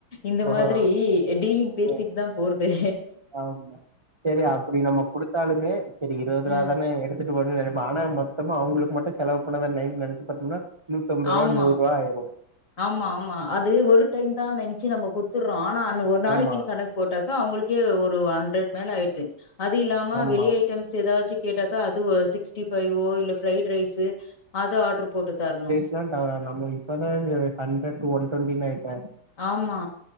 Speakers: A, on the left (about 40°); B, on the right (about 35°).
A: இந்த
B: ஓஹோ
A: மாதிரி டீலிங் பேசிட்டு
B: ஓ
A: தா போறதே
B: ஆமா செரி அப்டி நம்ம குடுத்தாலுமே செரி இருவதுரூவா
A: ம்.
B: தானே எடுத் துட்டு போட்டுன்னு நெனைப்போ ஆனா மொத்தமா அவங்களுக்கு மட்டு செலவு பண்ணதா நைட் நெனைச்சு பாத்தம்னா நூத்தம்பது ரூவா
A: ஆமா,
B: நூரூவா ஆயிரு
A: ஆமா ஆமா அது ஒரு டைம் தா நெனச்சி நம்ம குடுத்துர்றோ ஆனா அன் ஒரு நாளைக்குன்னு
B: ஆமா
A: கணக் போட்டாக்க அவங்களுக்கே ஒரு ஹண்டர்ட் மேல ஆயிடுது அது இல்லாம
B: ஆமா
A: வெளி ஐட்டம் ஸ் ஏதாச்சு கேட்டாக்கா அது ஒ சிக்ஸ்ட்டி ஃபைவோ இல்ல ஃப்ரைட் ரைஸ்ஸு அது ஆர்டர் போட்டு தரணு
B: ஏண்டா நம்ம இப்பதா ஆ ஹண்டர்ட்க்கு ஒன் டுவென்டின்னு ஆயிட்டே
A: ஆமா